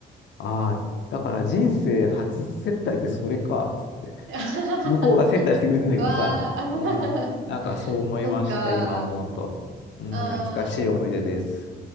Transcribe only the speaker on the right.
<laughs>
わあ、
<laughs>
そっか。
あ
あ、